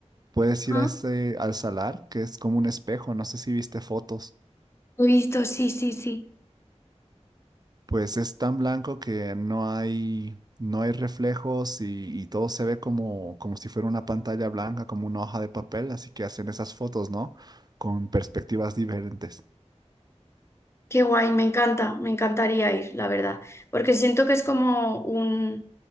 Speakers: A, on the right (about 35°); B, on the left (about 20°).
A: Puedes
B: ajá.
A: ir a este, al salar, que es como un espejo, no sé si viste fotos.
B: Lo he visto, sí, sí, sí.
A: Pues es tan blanco que no hay, no hay reflejos y, y todo se ve como, como si fuera una pantalla blanca, como una hoja de papel, así que hacen esas fotos, ¿no? Con perspectivas diferentes.
B: Qué guay, me encanta, me encantaría ir, la verdad. Porque siento que es como un,